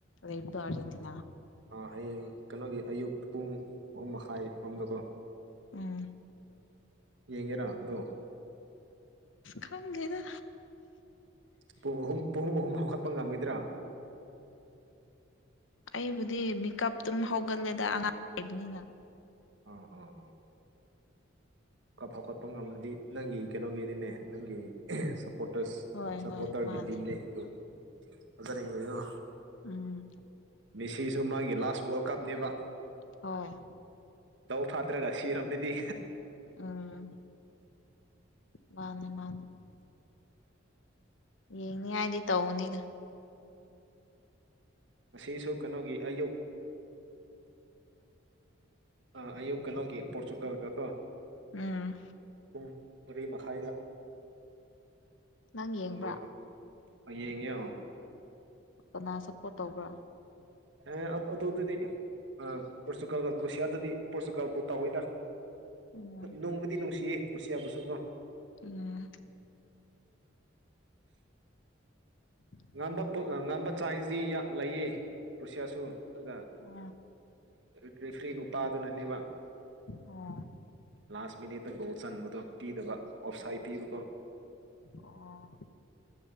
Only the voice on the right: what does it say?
ꯍꯌꯦꯡ ꯀꯩꯅꯣꯒꯤ ꯑꯌꯨꯛ ꯄꯨꯡ ꯑꯍꯨꯝ ꯃꯈꯥꯏꯔꯣꯝꯗꯀꯣ
ꯌꯦꯡꯉꯦꯔꯥ ꯑꯗꯣ
ꯄꯨꯡ ꯑꯍꯨꯝ ꯄꯨꯡ ꯑꯍꯨꯝ ꯍꯥꯀꯠꯄ ꯉꯝꯃꯣꯏꯗ꯭ꯔꯥ
ꯑꯣ ꯑꯣ ꯐꯥꯎꯒꯠꯄ ꯉꯝꯃꯗꯤ ꯅꯪꯒꯤ ꯀꯩꯅꯣꯒꯤꯅꯤꯅꯦ ꯅꯪꯒꯤ ꯁꯄꯣꯔꯇꯔꯁ
ꯁꯄꯣꯔꯇꯔꯒꯤ
ꯇꯤꯝꯅꯤ ꯑꯗꯨ ꯐꯖꯅ ꯌꯦꯡꯉꯣ
ꯃꯤꯁꯤꯁꯨ ꯃꯥꯒꯤ ꯂꯥꯁ ꯋꯥꯔꯜ ꯀꯞꯅꯦꯕ
ꯇꯧ ꯐꯥꯠꯇ꯭ꯔꯒ ꯁꯤꯔꯝꯃꯥꯗꯤ
ꯉꯁꯨ ꯀꯩꯅꯣꯒꯤ ꯑꯌꯨꯛ ꯑ ꯑꯌꯨꯛ ꯀꯩꯅꯣꯒꯤ ꯄꯣꯔꯆꯨꯒꯜꯒꯀꯣ
ꯎꯨꯡ ꯨ ꯃꯔꯤ ꯃꯈꯥꯏꯗ
ꯄꯨꯡ
ꯃꯔꯤ ꯌꯦꯡꯉꯤ
ꯑꯦ ꯑꯗꯨꯗꯗꯤ ꯄꯣꯔꯆꯨꯒꯥꯜꯒ ꯀ꯭ꯔꯣꯁꯤꯌꯥꯗꯗꯤ ꯄꯣꯔꯆꯨꯒꯥꯜꯕꯨ ꯇꯧꯋꯏꯗ
ꯅꯣꯡꯕꯨꯗꯤ ꯅꯨꯡꯁꯤꯌꯦ ꯀꯔꯣꯁꯤꯌꯥꯕꯨꯁꯨ
ꯉꯝꯕ ꯉꯝꯕ ꯆꯥꯏꯟꯁꯗꯤ ꯂꯩꯌꯦ ꯀ꯭ꯔꯨꯁꯤꯌꯥꯁꯨ ꯑꯗꯨꯒ
ꯔꯤꯔꯤꯐꯔꯤ ꯅꯨꯄꯥꯗꯨꯅꯅꯤꯕ
ꯂꯥꯁ ꯃꯤꯅꯤꯠꯇ ꯒꯣꯜ ꯆꯟꯕꯗꯣ ꯄꯤꯗꯕ ꯑꯣꯞꯁꯥꯏꯠ ꯄꯤꯕꯀꯣ